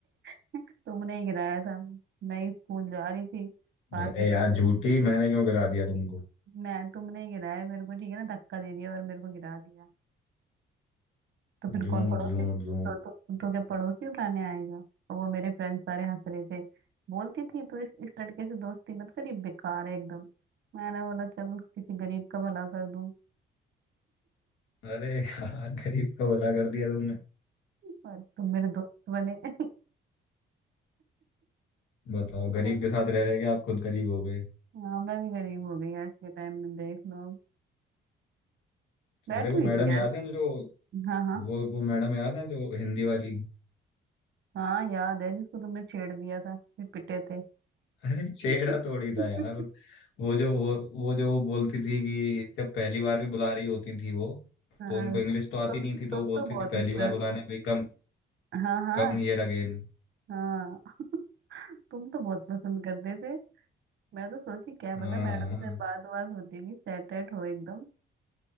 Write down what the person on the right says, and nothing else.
<laughs> तुमने ही गिराया था मैं ही स्कूल जा रही थी साथ
में चल
रहे
मैं तुमने ही गिराया मेरे को ठीक है ना धक्का दे दिया और मेरे को गिरा दिया तो फिर
कौन पड़ोसी
तो
तो, तो क्या पड़ोसी उठाने आएगा और वो मेरे फ्रेंड्स सारे हंस रहे थे बोलती थी तू इस इस लड़के से दोस्ती मत करी बेकार है एकदम मैंने बोला चल किसी गरीब का भला कर दूं
पर तुम मेरे दोस्त बने <laughs>
तो
मैं-
हाँ मैं भी गरीब हो गई आज के टाइम में देख लो बैठी
हुई
थी यार
हाँ हाँ
हाँ याद है जिसको तुमने छेड़ दिया था फिर पिटे थे
<laughs>
हाँ
तु,
तुम
तुम
तो बहुत
उस
पर
हाँ हाँ
हाँ <laughs> तुम तो बहुत पसंद करते थे मैं तो सोची क्या
पता मैडम
से बात बात होती होगी सेट एट हो एकदम